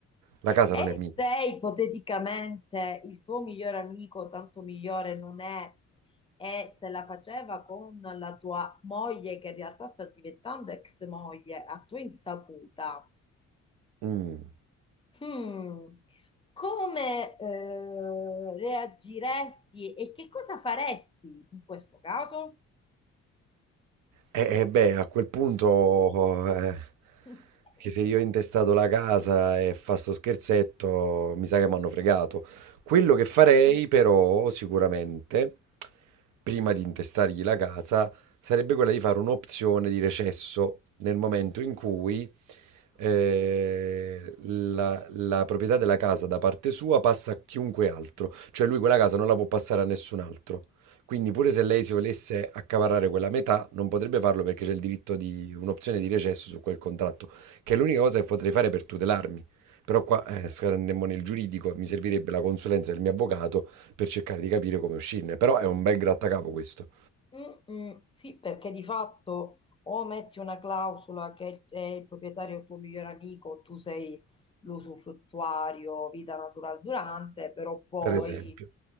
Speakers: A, on the right; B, on the left.
A: La casa
B: E
A: non è mia.
B: se ipoteticamente il tuo migliore amico, tanto migliore non è, e se la faceva con la tua moglie, che in realtà sta diventando ex moglie, a tua insaputa.
A: Mm.
B: Mm. Come eh, reagiresti e che cosa faresti in questo caso?
A: Eh, eh, beh, a quel punto, eh,
B: <laughs>
A: che se io ho intestato la casa e fa sto scherzetto, mi sa che mi hanno fregato. Quello
B: Mm.
A: che farei, però, sicuramente, prima di intestargli la casa, sarebbe quella di fare un'opzione di recesso nel momento in cui eh, la, la proprietà della casa da parte sua passa a chiunque altro, cioè lui quella casa non la può passare a nessun altro. Quindi pure se lei si volesse accaparrare quella metà, non potrebbe farlo perché c'è il diritto di un'opzione di recesso su quel contratto, che è l'unica cosa che potrei fare per tutelarmi. Però qua eh, saremmo nel giuridico, mi servirebbe la consulenza del mio avvocato per cercare di capire come uscirne. Però è un bel grattacapo questo,
B: Mm, mm, sì, perché di fatto o metti una clausola che il- è il proprietario il tuo migliore amico, tu sei l'usufruttuario, vita natural durante, però poi
A: per esempio.